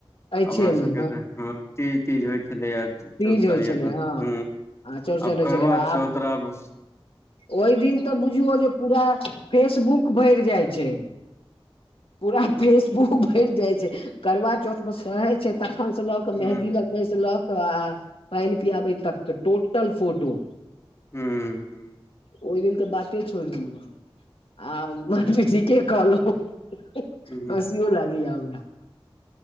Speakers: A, on the left (about 70°); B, on the left (about 30°).
A: अछिे
B: अपना
A: ने
B: सबके तऽ हँ तीज तीज होय छलै या चौरचन
A: तीज होइ छलै
B: या कोन हँ।
A: आ चौड़चन
B: आब
A: होइ
B: कड़बा
A: छलै आब
B: चौतरफस
A: ओहि दिन तऽ बुझियौ जे पूरा फेसबुक भरि जाय छैय। पूरा फेसबुक भरि जाय छैय करवा चौथ मे सहै के तखन से लऽ कऽ
B: हूँ
A: मेहदी लगबय से लऽ कऽ आ पानि पियाबै तक के टोटल फोटो
B: हूँ
A: ओहि दिन के बाते छोड़ि दियौ आहाँ आ बांकी ह ठीके कहलहुँ हँ-हँ-हँ
B: हूँ
A: हसियो लागैये हमरा